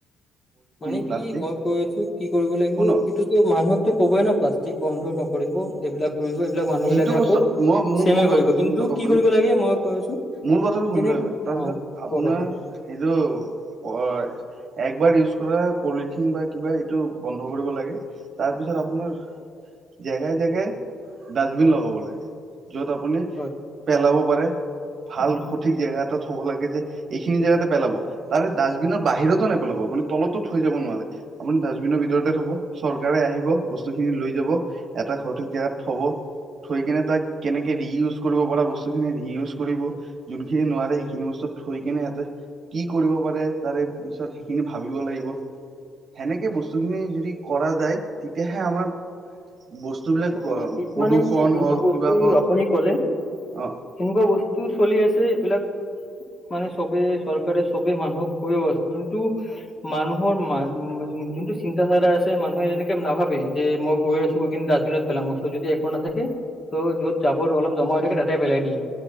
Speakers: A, on the left; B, on the right.
A: মানে
B: প্লাষ্টিক
A: কি মই কৈ আছো, কি কৰিব লাগিব
B: শুনক
A: এইটোতো মানুহকতো ক'বই ন প্লাষ্টিক বন্ধ নকৰিব, এইবিলাক কৰিব এইবিলাক মানুহ
B: সেইটো
A: বিলাকে
B: বস্তু
A: আকৌ
B: মই মোৰ
A: চেমে
B: মোৰ
A: কৰিব
B: কথাটো শুনি
A: কিন্তু
B: লওক আপুনি
A: কি কৰিব লাগে মই কৈ আছো
B: মোৰ কথাটো শুনি
A: যেনে
B: লওক
A: অ
B: এবাৰ তাৰপিছত আপোনাৰ
A: কওক আপুনি
B: এইটো প একবাৰ ইউজ কৰা পলিথিন বা কিবা এইটো বন্ধ কৰিব লাগে তাৰপিছত
A: উম
B: আপোনাৰ জেগাই জেগাই ডাষ্টবিন লগাব লাগে য'ত আপুনি
A: হয়
B: পেলাব পাৰে ভাল
A: উম
B: সঠিক
A: অ
B: জেগা এটাত থব লাগে যে
A: হয়
B: এইখিনি
A: সেইটোৱে।
B: জেগাতে পেলাব তাৰে ডাষ্টবিনৰ বাহিৰতো নেপেলাব আপুনি তলতো থৈ যাব নোৱাৰে আপুনি ডাষ্টবিনৰ ভিতৰতে থব চৰকাৰে আহিব বস্তুখিনি লৈ যাব এটা সঠিক জোগাত থব থৈ কিনে তাক কেনেকে ৰিউজ কৰিব পৰা বস্তুখিনি ৰিউজ কৰিব যোনখিনি নোৱাৰে সেইখিনি বস্তু থৈ কিনে সিহঁতে কি কৰিব পাৰে তাৰে পিছত সেইখিনি ভাবিব লাগিব সেনেকে বস্তুখিনি যদি কৰা যায় তেতিয়াহে আমাৰ বস্তুবিলাক
A: উ শীত
B: প্ৰদূষণ
A: মানে কি যোনটো
B: হওক
A: বস্তু
B: কিবা হওক
A: আপুনি ক'লে
B: অ
A: এনেকুৱা বস্তু চলি আছে এইবিলাক মানে চবে চৰকাৰে চবে মানুহক কৈও আছে কিন্তু মানুহৰ ম যোনটো চিন্তাাধাৰা আছে মানুহে এনেকে নাভাবে যে মই গৈ আছো গৈ কি <unintelligible> বিনত পেলাম ওচৰত যদি একো না থাকে ত' য'ত জাবৰ অলপ জমা হৈ থাকে টাটেই পেলাই দিয়ে